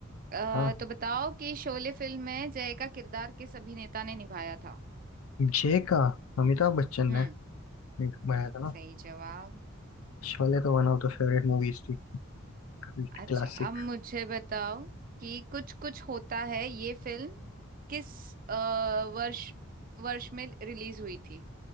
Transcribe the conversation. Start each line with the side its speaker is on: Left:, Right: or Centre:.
Right: अ,
Left: हाँ
Right: तो बताओ कि शोले फिल्म में जय का किरदार किस अभिनेता ने निभाया था
Left: जे का अमिताभ बच्चन
Right: हम्म
Left: ने एक बनाया था ना
Right: सही जवाब
Left: शोले तो one of the favourite movies थी क्लासिक
Right: अच्छा अब मुझे बताओ कि कुछ कुछ होता है ये फिल्म किस अ, वर्ष वर्ष में रिलीज हुई थी